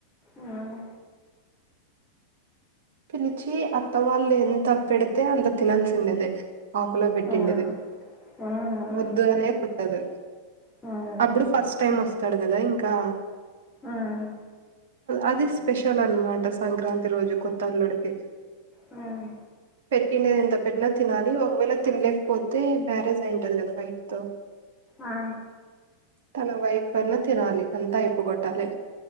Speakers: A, on the left (about 15°); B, on the right (about 55°).
A: ఉహ్మ్
B: పిలిచి అత్త వాళ్ళు ఎంత పెడితే అంత తినాల్సిందదే ఆకుల పెట్టిండదే
A: హ్మ్. హ్మ్.
B: వద్దు అనే పద్దదు
A: హ్మ్.
B: అప్పుడు ఫస్ట్ టైం వస్తాడు. కదా ఇంకా
A: హ్మ్.
B: అది స్పెషల్ అనమాట సంక్రాంతి రోజు కొత్ తల్లుడికి
A: హ్మ్. హ్మ్.
B: పెట్టినది ఎంత పెట్టినా తినాలి. ఒకవేళ తినలేకపోతే మ్యారేజ్ అయింటది కదా వైఫ్ తో
A: ఆ!
B: తన వైఫ్ అన్న తినాలి అంతా అయిపోగొట్టాలి.